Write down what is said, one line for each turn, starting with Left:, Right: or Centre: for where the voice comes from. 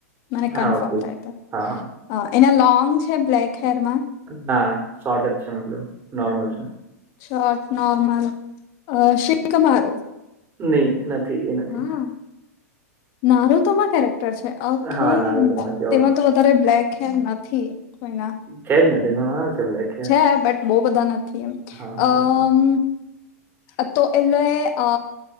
Left: મને કન્ફર્મ
Right: હા ઓકે
Left: થાય તો
Right: હા હા
Left: અ એના લોંગ છે બ્લેક હેરમાં
Right: ના શોટ જ છે મતલબ નોર્મલ છે
Left: શોર્ટ નોર્મલ સેક તમારો
Right: નહી નથી એ નથી
Left: હા નારો તોમાં કર્યારેક ઓકે
Right: હા ના આવે તો વાંચી આવું.
Left: તેમાં તો વધારે બ્લેક હેર નથી કોઈના
Right: છેજ ને ઘણાના છે બ્લેક
Left: છે બટ બહુ બધા નથી એમ
Right: હા હા
Left: અમ
Right: ઓકે
Left: અતો એટલે અ